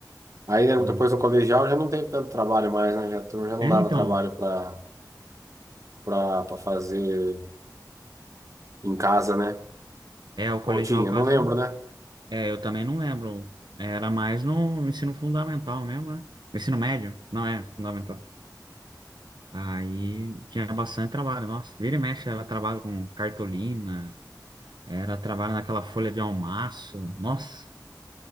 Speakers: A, on the right; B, on the right.
A: Aí né,
B: E,
A: depois do colegial já não teve tanto trabalho mais, né? Já, a turma já não
B: é,
A: dava
B: então,
A: trabalho para para para fazer em casa, né?
B: é, o
A: Ou
B: colegial
A: tinha,
B: quase
A: não lembro, né?
B: É, eu também não lembro. Era mais no ensino fundamental mesmo, né? Ensino médio? Não, é, fundamental. Aí tinha bastante trabalho. Nossa, vira e mexe, ela trabalha com cartolina, era trabalho naquela folha de almaço. Nossa,